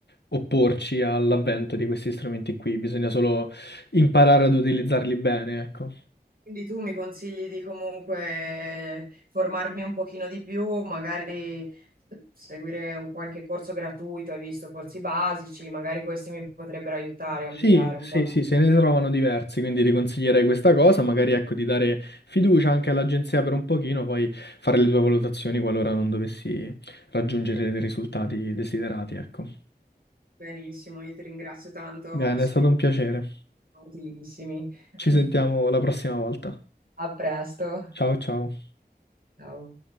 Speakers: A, on the left; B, on the right.
A: opporci all'avvento di questi strumenti qui, bisogna solo imparare ad utilizzarli bene, ecco.
B: Quindi tu mi consigli di comunque formarmi un pochino di più, magari eh, seguire un qualche corso gratuito, hai visto corsi basici, magari questi mi potrebbero aiutare a
A: Sì,
B: ampliare un
A: sì,
B: po'. la-
A: sì, se ne trovano diversi, quindi ti consiglierei questa cosa, magari ecco di dare fiducia anche all'agenzia per un pochino, poi fare le tue valutazioni qualora non dovessi raggiungere dei risultati desiderati, ecco.
B: Benissimo, io ti ringrazio tanto,
A: Bene,
B: sono
A: è stato un piacere.
B: utilissimi.
A: Ci
B: <laughs>
A: sentiamo la prossima volta.
B: A presto.
A: Ciao ciao.
B: Ciao.